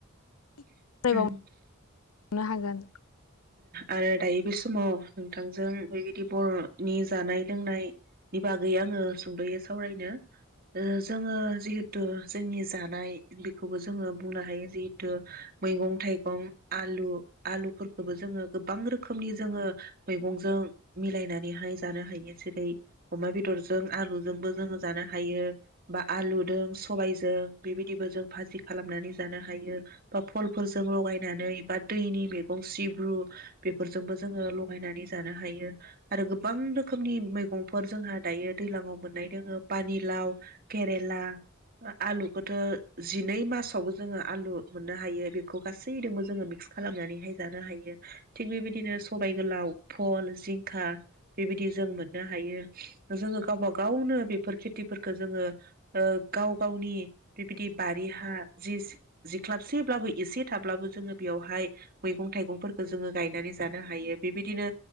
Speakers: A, on the left; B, on the right.
A: <unintelligible>
B: उम
A: नो हागोन
B: आरो दायो बे समाव नोंथांजों बेबायदि बरनि जानाय लोंनायनि बागै आंङो सुंदयै सावरायनो जोंङो जिहेथु जोंनि जानाय बेखौबो जोंङो बुंनो हायो जिहेथु मैगं थाइगं आलु-आलु फोरखोबो जोंङो गोबां रोखोमनि जोंङो मैगंजों मिलायनानैहाय जानो हायो जेरै अमा बेदरजों आलुजोंबो जोंङो जानो हायो बा आलुजों सबायाइजों बेबायदिबो जों भाजि खालामनानै जानो हायो बा फलफोरजों लगायनानै बा दैनि मे गं सिब्रु बेफोरजोंबो जोंङो लगायनानै जानो हायो आरो गोबां रोखोमनि मैगंफोर जोंहा दायो दैलांआव मोननाय दोंङो पानिलाव केरेला आलुखौथ जिनै मासावबो जोंङो आलु मोननो हायो बेखौ गासैजोंबो जोंङो मिक्स खालामनानैहाय जानो हायो थिग बेबायदिनो सबाय गोलाव फल जिंखा बेबायदि जों मोननो हायो। जोंङो गावबा गावनो बेफोर खेथिफोरखौ जोंङो ओ गाव गावनि बिबायदि बारि हा जि-जिख्लाबसे अब्लाबो एसे थाब्लाबो जोंङो बेयावहाय मैगं थाइगंफोरखो जोंङो गायनानै जानो हायो बेबायदिनो